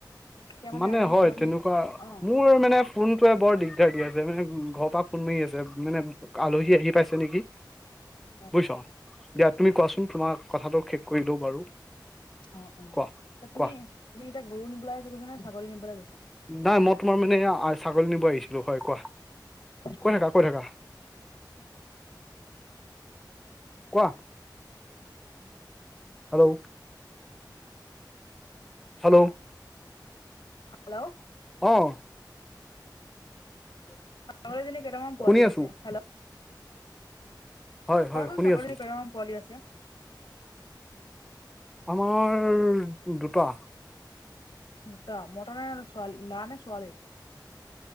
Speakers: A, on the left; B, in the centre.
A: এতিয়া
B: মানে
A: আজি
B: হয়
A: কণী
B: তেনেকুৱা
A: অ
B: মোৰ মানে ফোনটোৱে বৰ দিগদাৰ দি আছে মানে ঘৰৰ পৰা ফোন মাৰি আছে মানে আলহী আহি পাইছে নেকি।
A: <inaudible>
B: বুজিছ, দিয়া তুমি কোৱাচোন তোমাক কথাটো শেষ কৰিলও বাৰু।
A: অ অ
B: কোৱা
A: তুমি
B: কোৱা
A: তুমি এতিয়া গৰু নিবলৈ আহিছোঁ কৈছা নে ছাগলী নিবলৈ গৈছা?
B: নাই মই তোমাৰ মানে ছাগলী নিব আহিছিলো হয় কোৱা, কৈ
A: অ
B: থাকা কৈ থাকা। কোৱা। হেল্ল'। হেল্ল'।
A: হেল্ল'।
B: অঁহ।
A: ছাগলী জনি কেইটামান পোৱালি
B: শুনি আছো
A: আছে। হেল্ল'।
B: হয় হয়
A: কোৱা চোন
B: শুনি
A: ছাগলী
B: আছো
A: কেইটামান পোৱালি আছে।
B: আমাৰ, দুটা।
A: দুটা। মতা নে ছোৱালী? ল'ৰা নে ছোৱালী?